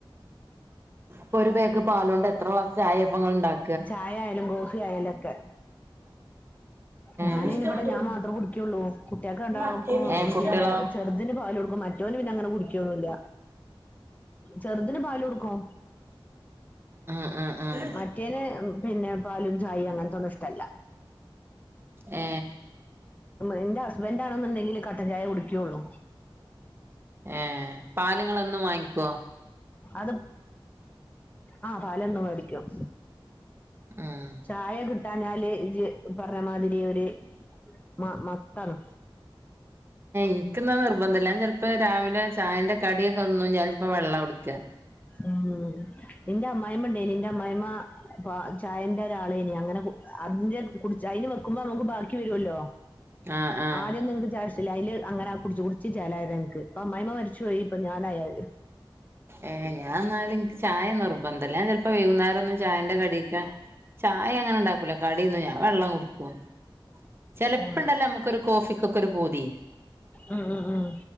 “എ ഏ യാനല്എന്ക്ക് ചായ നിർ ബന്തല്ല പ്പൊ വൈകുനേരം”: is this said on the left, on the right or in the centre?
Right